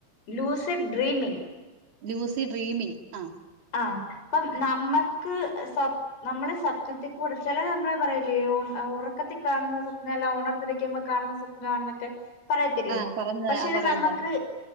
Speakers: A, on the left; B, on the right.
A: ലൂസിഡ് ഡ്രീമിങ്
B: ലൂസി ഡ്രീമിങ് ആഹ്.
A: ആഹ് അപ്പം നമ്മക്ക് സ്വ നമ്മള് സപ്നത്തി കൂടെ, ചെലത് നമ്മള് പറയുല്ലേ ഒണ് ഒറക്കത്തി കാണുന്ന സപ്ന എല്ലാം ഒണർന്നിരിക്കുമ്പ കാണുന്ന സ്വ പ്‌നാണെന്നൊക്കെ പറയത്തില്ലേ.
B: ആ പറഞ്ഞ
A: പക്ഷെ
B: ആ
A: അത്
B: പറയുന്നുണ്ട്
A: നമ്മക്ക്